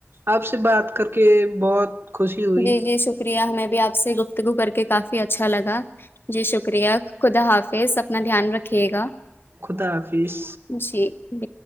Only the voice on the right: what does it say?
آپ سے بات کر کے بہت خوشی ہوئی
خدا حافظ